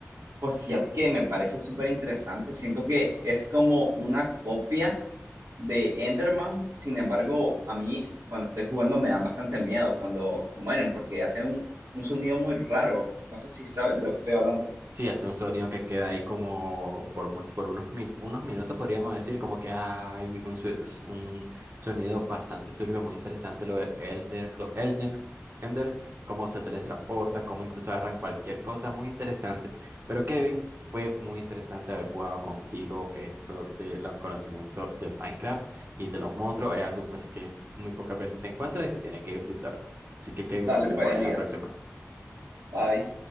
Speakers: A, on the right (about 85°); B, on the right (about 45°).
A: Pues fíjate que me parece súper interesante. Siento que es como una copia de Enderman, sin embargo, a mí cuando estoy jugando me dan bastante miedo cuando mueren porque hacen un, un sonido muy raro. No sé si sabes de lo que estoy hablando.
B: Sí, hace un sonido que queda ahí como por mucho, por unos, min- unos minutos podríamos decir como que hay un, su- es un sonido bastante turbio, muy interesante lo de Elden, lo Elden, Ender, cómo se teletransporta, cómo incluso agarran cualquier cosa, muy interesante. Pero Kevin, fue muy interesante haber jugado contigo esto de los conocimientos de Minecraft y de los monstruos, es algo pues que muy pocas veces se encuentra y se tiene que disfrutar. Así que Kevin,
A: Dale
B: nos vemos
A: pues, Elías.
B: en la próxima.
A: Bye.